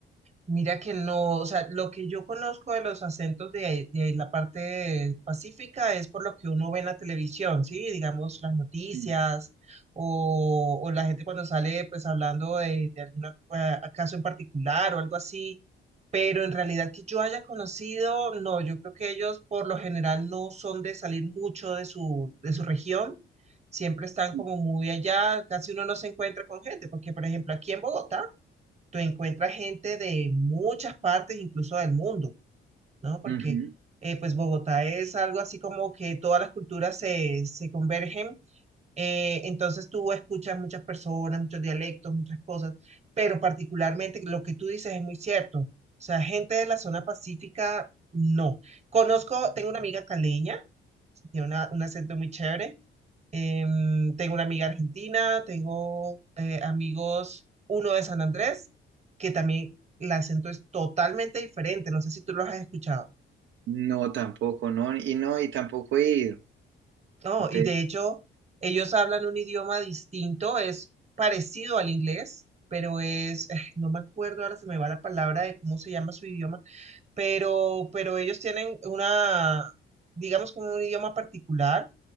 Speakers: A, on the right; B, on the right.
A: Mira que no, o sea, lo que yo conozco de los acentos de, ahí- de ahí la parte pacífica es por lo que uno ve en la televisión, ¿sí? Digamos, las noticias
B: Mm,
A: o, o la gente cuando sale pues hablando de, de algún caso en particular o algo así, pero en realidad que yo haya conocido, no, yo creo que ellos por lo general no son de salir mucho de su, de su región, siempre están
B: mm.
A: como muy allá, casi uno no se encuentra con gente, porque por ejemplo aquí en Bogotá, tú encuentras gente de muchas partes, incluso del mundo, ¿no? Porque
B: Ujú.
A: eh, pues Bogotá es algo así como que todas las culturas se, se convergen, eh, entonces tú escuchas muchas personas, muchos dialectos, muchas cosas, pero particularmente lo que tú dices es muy cierto, o sea, gente de la zona pacífica, no. Conozco, tengo una amiga caleña, tiene una- un acento muy chévere, Em, tengo una amiga argentina, tengo eh, amigos, uno de San Andrés, que también el acento es totalmente diferente. No sé si tú los has escuchado.
B: No, tampoco, no, y no, y tampoco he ido.
A: No,
B: Entonces,
A: y de hecho, ellos hablan un idioma distinto, es parecido al inglés, pero es, eh, no me acuerdo, ahora se me va la palabra de cómo se llama su idioma. pero, pero ellos tienen una, digamos, como un idioma particular.